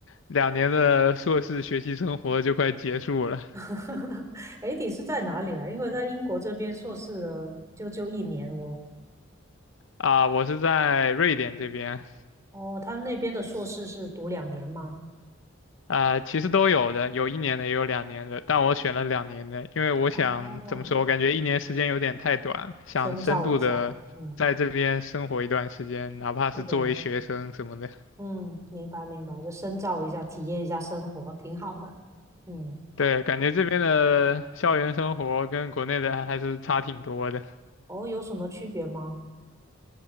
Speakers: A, on the left (about 75°); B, on the right (about 15°).
A: 两年的硕士学习生活就快结束了。
B: <laughs> 哎你是在哪里啊？因为在英国这边硕士的就就一年哦。
A: 啊，我是在瑞典这边，
B: 哦，他们那边的硕士是读两年吗？
A: 啊，其实都有的，有一年的，也有两年的，但我选了两年的，因为我想怎么说，
B: 哦，
A: 我感觉一年时间有点太短，想深度的在这边生活一段时间，
B: 深造一下，嗯，
A: 哪怕是作为学生什么的。
B: 是的，嗯，明白明白，就深造一下，体验一下生活，挺好的。嗯，
A: 对，感觉这边的校园生活跟国内的还是差挺多的。
B: 哦，有什么区别吗？